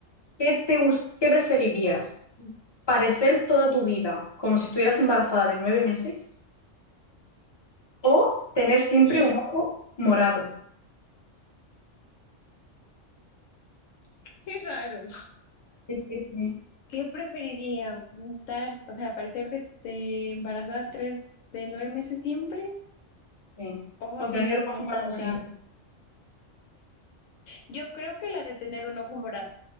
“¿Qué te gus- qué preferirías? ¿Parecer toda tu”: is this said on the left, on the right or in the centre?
Left